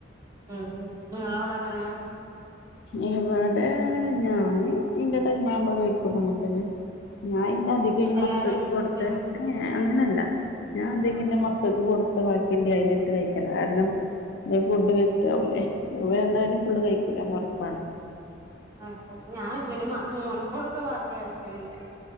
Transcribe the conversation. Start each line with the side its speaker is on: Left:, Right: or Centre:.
Right: ഉം ഉ ഉ <unintelligible>
Left: ഇവെടെ ഞാന് ഇന്റെ ടൈമാകുമ്പ കഴിക്കും അങ്ങൻത്തന്നെ ഞാൻ ഇന്റെ അധികം ഈ
Right: എല്ലാരും
Left: മക്കൾക്ക് കൊടുത്ത
Right: ഒരു
Left: അങ്ങനെയല്ല ഞാൻ അതികം
Right: ആഹ്
Left: ഇന്റെ മക്കൾക്ക് കൊടുത്ത ബാക്കിണ്ടെ അയ്ലിട്ട് കഴിക്കലാ കാരണം ല്ലേ ഫുഡ് വേസ്റ്റാവൂലെ ഇവരെ ന്തായാലും ഫുള്ള് കഴിക്കൂലാന്നൊറ്പ്പാണ്
Right: അ ഞാൻ ഇവര് മോൻക് കൊടുത്ത് ബാക്കി ആക്കലില്ല